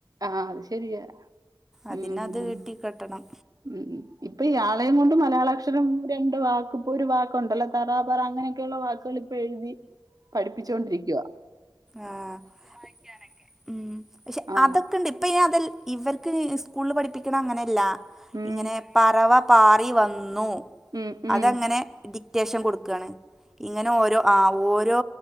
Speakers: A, on the right (about 50°); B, in the centre.
A: ആഹ്‌ അത് ശരിയാ
B: അതിനത്
A: ഉം
B: കിട്ടി കിട്ടണം
A: ഉം ഇപ്പൊ ഇയാളെയും കൊണ്ട് മലയാളാക്ഷരം രണ്ട് വാക്ക് ഇപ്പോ ഒരു വാക്കുണ്ടല്ലോ തറ പറ അങ്ങനെ ള്ള വാക്കുക ഇപ്പൊ എഴുതി പഠിപ്പിച്ചൊണ്ടിരിക്കുക
B: ആഹ്‌ വായിക്കാനൊക്കെ ഉ പക്ഷെ
A: ആ
B: അതൊക്കെ ഉണ്ട് ഇപ്പ ഇ അത ഇവർക്ക് സ്കൂളിൽ പഠിപ്പിക്കണ അങ്ങനെയല്ല
A: ഉം
B: ഇങ്ങനെ പറവ പാറി വന്നു
A: ഉം ഉം
B: അതങ്ങനെ ഡിക്റ്റേഷൻ കൊടുക്കയാണ് ഇങ്ങനെ ഓരോ ആ ഓരോ